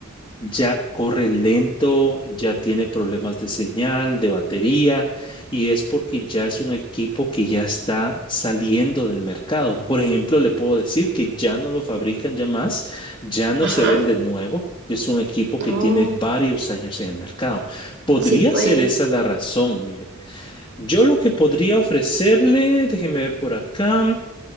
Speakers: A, on the left; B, on the right.
A: ya corre lento, ya tiene problemas de señal, de batería, y es porque ya es un equipo que ya está saliendo del mercado. Por ejemplo, le puedo decir que ya no lo fabrican ya más, ya no
B: ajá.
A: se vende nuevo. Es un equipo que
B: Oh,
A: tiene varios años en el mercado. Podría
B: sí, pues.
A: ser esa la razón, mire. Yo lo que podría ofrecerle, déjeme ver por acá.